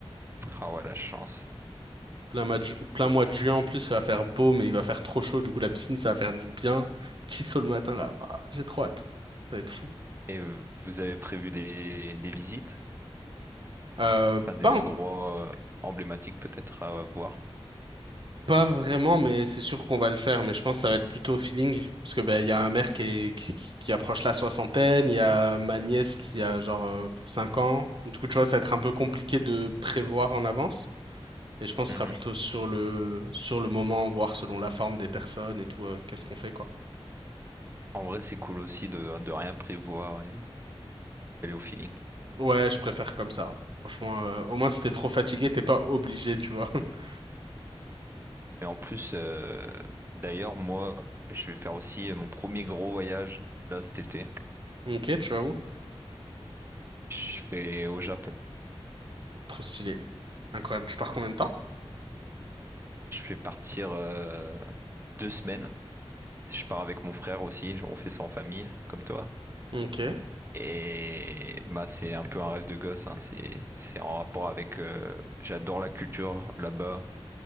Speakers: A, on the right; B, on the right.
A: Ah ouais, la chance.
B: Plein mois de, ju- plein mois de juin en plus, ça va faire beau, mais il va faire trop chaud. Du coup, la piscine, ça va faire du bien. Petit saut le matin, là, bah, j'ai trop hâte. Ça va être fou.
A: Et vous avez prévu des, des visites?
B: Euh,
A: Pas des
B: pas, en-
A: endroits euh, emblématiques peut-être à voir?
B: pas vraiment, mais c'est sûr qu'on va le faire. Mais je pense que ça va être plutôt au feeling. Parce que ben, il y a ma mère qui, est- qui, qui- qui approche la soixantaine, il y a ma nièce qui a genre euh, 5 ans. Du coup, tu vois, ça va être un peu compliqué de prévoir en avance. Et je pense que
A: Mhm.
B: ce sera plutôt sur le, sur le moment, voir selon la forme des personnes et tout, euh, qu'est-ce qu'on fait, quoi.
A: En vrai, c'est cool aussi de, de rien prévoir et aller au feeling.
B: Ouais, je préfère comme ça. Franchement, euh, au moins si t'es trop fatigué, t'es pas obligé, tu vois. <laughs>
A: Et en plus, euh, d'ailleurs, moi, je vais faire aussi mon premier gros voyage là cet été.
B: Ok, tu vas où?
A: Je fais au Japon.
B: Trop stylé. Incroyable. Tu pars combien de temps?
A: Je fais partir euh, deux semaines. Je pars avec mon frère aussi. On fait ça en famille, comme toi.
B: Ok.
A: Et bah c'est un peu un rêve de gosse. hein. C'est c'est en rapport avec. euh, j'adore la culture là-bas.